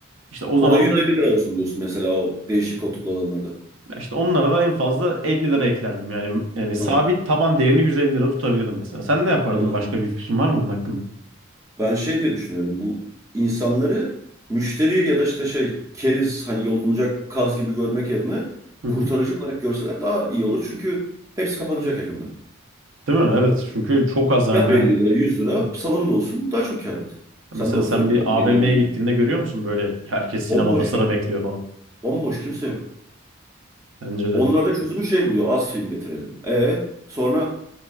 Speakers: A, on the right (about 70°); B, on the right (about 15°).
A: İşte o
B: O
A: zaman
B: da 150
A: da
B: lira olsun diyorsun mesela o değişik koltuklu olanlarda.
A: işte onlara da en fazla 50 lira eklerdim. Yani yani sabit
B: Ha,
A: taban değerini 150 lira tutabilirdim mesela. Sen ne yapardın?
B: ha.
A: Başka bir fikrin var mı bunun hakkında?
B: Ben şey diye düşünüyorum bu insanları müşteri ya da işte şey keriz hani yolunacak kaz gibi görmek yerine
A: Hı
B: kurtarıcı
A: hı.
B: olarak görseler daha iyi olur. Çünkü hepsi kapanacak yakında.
A: Değil mi? Evet. Çünkü çok az yani
B: Yap
A: ben
B: 50 lira 100 lira
A: Hı.
B: salon da olsun daha çok kâr et. Sen
A: mesela
B: doğru
A: sen
B: söyledin
A: bir
B: yani
A: AVM'ye
B: 50 lira 100
A: gittiğinde
B: lira.
A: görüyor musun böyle herkes sinemada
B: Bomboş
A: sıra
B: ya.
A: bekliyor falan?
B: Bomboş kimse yok.
A: Bence de.
B: Onlar da çözümü şey buluyor az film getirelim. E sonra